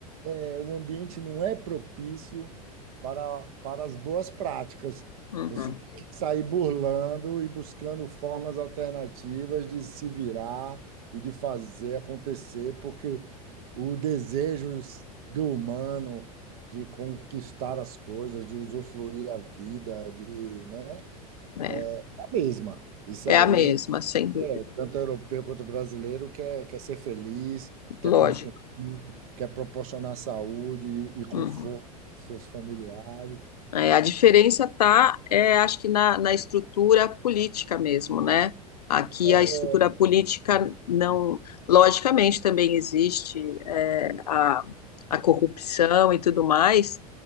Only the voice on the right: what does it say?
é, o ambiente não é propício para, para as boas práticas.
Você tem que sair burlando e buscando formas alternativas de se virar e de fazer acontecer, porque o desejo do humano de conquistar as coisas, de usufruir a vida, de, né,
é a mesma. Isso
aí
é, tanto europeu quanto brasileiro quer, quer ser feliz, quer
consumir, quer proporcionar saúde e conforto
aos seus familiares.
É,
é.